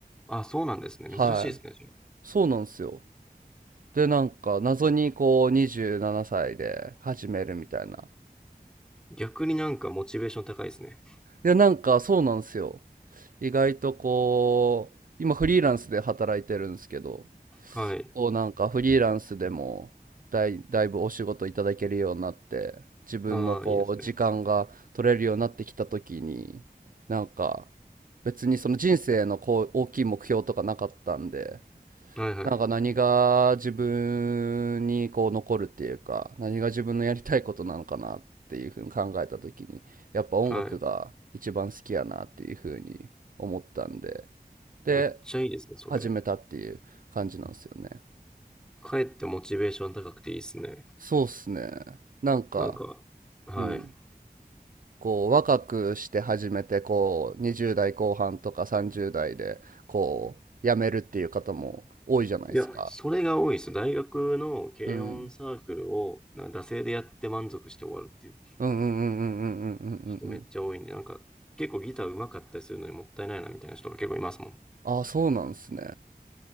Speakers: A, in the centre; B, on the right.
A: あ、そうなんですね。
B: はい。
A: 珍しいですね、じゃあ。
B: そうなんですよ。で、なんか、謎にこう27歳で始めるみたいな。
A: 逆になんかモチベーション高いですね。
B: いや、なんかそうなんですよ。意外とこう、今フリーランスで働いてるんですけど、
A: はい。
B: こうなんかフリーランスでもだい、だいぶお仕事いただけるようになって自分のこう時間が取れるようになってきた時に
A: ああ、いいですね。
B: なんか別にその人生のこう大きい目標とかなかったんで
A: はいはい。
B: なんか何が自分にこう残るっていうか何が自分のやりたいことなのかなっていうふうに考えた時にやっぱ音楽が一番好きやなっていうふうに思ったんで
A: はい。めっちゃいいですね、
B: で
A: それ。
B: 始めたっていう感じなんですよね。
A: かえってモチベーション高くていいですね。
B: そうっすね。なんか、
A: なんか、はい。
B: うん。こう、若くして始めて、こう、20代後半とか30代で、こう、辞めるっていう方も多いじゃないですか。
A: いや、それが多いです。大学の軽音サークルを、
B: うん。
A: な惰性でやって満足して終わるっていう
B: うんうんうんうんうんうんうんうんうん。
A: 人めっちゃ多いんで、なんか、結構ギター上手かったりするのにもったいないなみたいな人が結構いますもん。
B: ああ、そうなんですね。